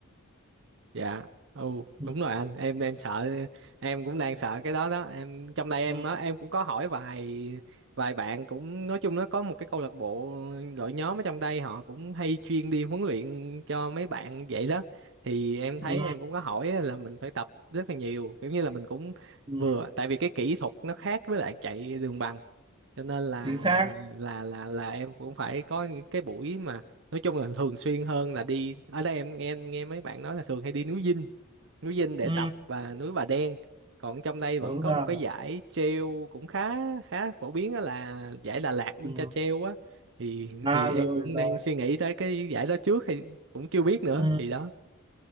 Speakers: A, on the right (about 55°); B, on the right (about 20°).
A: dạ ừ
B: ừ,
A: đúng rồi anh em em sợ em cũng đang sợ cái đó đó em trong đây em
B: ừ,
A: á, em cũng có hỏi vài vài bạn cũng nói chung nó có một cái câu lạc bộ đội nhóm ở trong đây họ cũng hay chuyên đi huấn luyện cho mấy bạn vậy đó thì em thấy
B: ừ,
A: em cũng có hỏi là mình phải tập rất là nhiều kiểu như là mình cũng
B: ừ,
A: vừa tại vì cái kỹ thuật nó khác với lại chạy đường bằng cho nên là
B: chính xác
A: là là là em cũng phải có những cái buổi mà nói chung là thường xuyên hơn là đi ở đây em nghe nghe mấy bạn nói là thường hay đi núi Dinh núi Dinh để
B: ừ,
A: tập và núi Bà Đen còn trong đây
B: đúng
A: vẫn có
B: rồi
A: một cái giải trail cũng khá khá phổ biến đó là giải Đà Lạt Ultra
B: ừ,
A: Trail á thì
B: à
A: thì
B: rồi
A: em cũng
B: rồi
A: đang suy nghĩ tới cái giải đó trước thì cũng chưa biết nữa
B: ừ.
A: thì đó